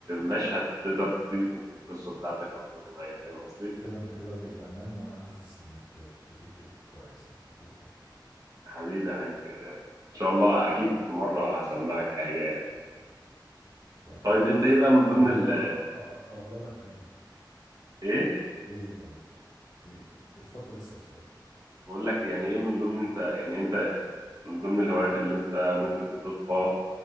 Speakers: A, on the right; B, on the left.
A: مشهد تقدر تضيفه في القصه بتاعتك او في الروايه فاهم قصدي
B: انت كده انت كده راجل فهمان وانا حاسس انك بتكتب كويس يعني بتكتب حلو
A: يا حبيبي يا حاج ان شاء الله اكيد في مره هسمعك حاجه يعني.
B: يا عم
A: طيب
B: خلص
A: انت ايه بقى من ضمن
B: تخليني
A: ال
B: بقى أ- أ- اقرا لك حاجه
A: ايه
B: ايه طيب إيه؟ اتفضل اسال سؤال
A: بقول لك يعني ايه من ضمن انت يعني انت من ضمن الهوايات اللي انت ممكن تضيفها